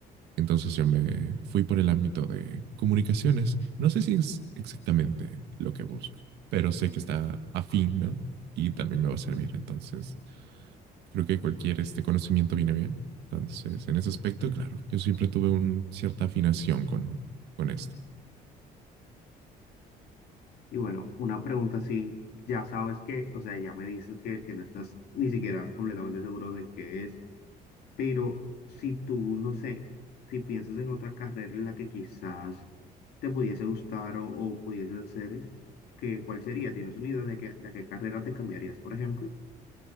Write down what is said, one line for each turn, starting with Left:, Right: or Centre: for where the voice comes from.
Right: Entonces yo me fui por el ámbito de comunicaciones. No sé si es exactamente lo que busco, pero sé que está afín, ¿no? Y también me va a servir. Entonces, creo que cualquier este conocimiento viene bien. Entonces, en ese aspecto, claro, yo siempre tuve una cierta afinación con, con esto.
Left: Y bueno, una pregunta así, ya sabes que, o sea, ya me dices que, que no estás ni siquiera completamente seguro de qué es. Pero si tú, no sé, si piensas en otra carrera en la que quizás te pudiese gustar o, o pudieses hacer, ¿qué, cuál sería? ¿Tienes una idea de qué, de qué carrera te cambiarías, por ejemplo?